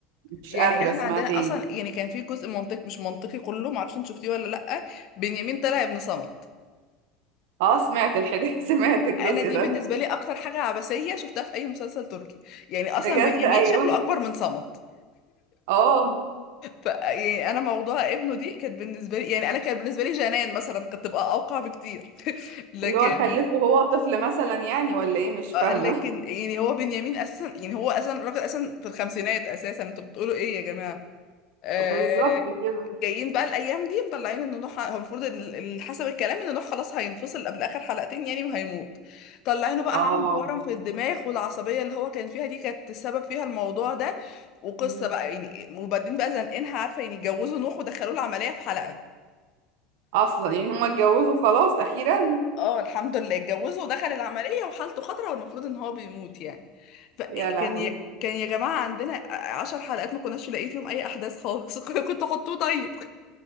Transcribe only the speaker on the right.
مش
قادرة
أسمع
تاني
اه سمعت الحديث <laughs> سمعت الجزء
ده
بجد
أيوه
اه
اللي هو خلفه وهو طفل مثلا يعني ولا ايه مش فاهمة
<laughs> بالظبط كده
اه
مم.
أصلا يعني هما اتجوزوا خلاص أخيرا
<laughs> يا لهوي